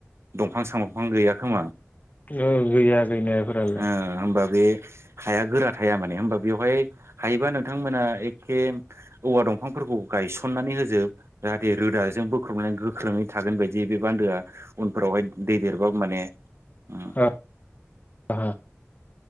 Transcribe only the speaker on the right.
दंफां सामफां गैया खोमा।
ओ होमबा बे हाया गोरा थाया माने होमबा बेवहाय हायोबा नोंथांमोना एखे औवा दंफांफोरखौ गायसननानै होजोब जाहाथे रोदाजों बोख्रबनानै गोख्रोङै थागोन बायदि ए बे बान्दोआ। उनफोरावहाय दै देरबा माने उम